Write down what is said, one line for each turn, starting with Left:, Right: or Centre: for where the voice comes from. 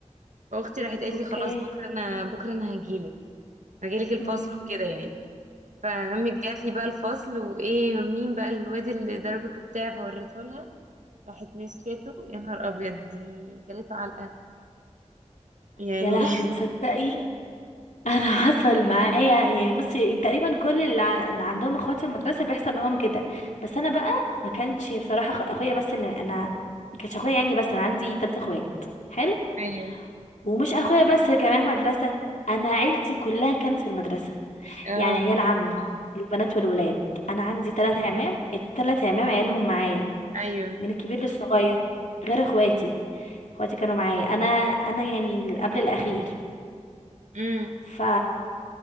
Right: واختي راحت قالت
Left: اوكي
Right: لي خلاص بكره انا بكره انا هجيلك هجيلك الفصل
Left: امم
Right: وكده يعني فقامت جات لي بقى الفصل وايه مين بقى الواد اللي ضربك وبتاع فوريته لها راحت مسكته يا نهار ابيض دي كلته علقه يعني
Left: يا لهوي
Right: <laughs>
Left: تصدقي انا <laughs> حصل معايا يعني بصي تقريبا كل اللي ع- اللي عندهم اخوات في المدرسه بيحصل معاهم كده بس انا بقى ما كانش بصراحه أخ- اخويا بس اللي انا ما كانش اخويا يعني بس انا عندي ثلاثة اخوات حلو
Right: ايوه
Left: ومش اخويا بس اللي كان معايا في المدرسه انا عيلتي كلها كانت في المدرسه
Right: اه
Left: يعني عيال عمي البنات والولاد انا عندي ثلاثة عمام الثلاث عمام عيالهم معايا
Right: ايوه
Left: من الكبير للصغير غير اخواتي اخواتي كانوا معايا انا انا يعني قبل الاخير
Right: امم
Left: فا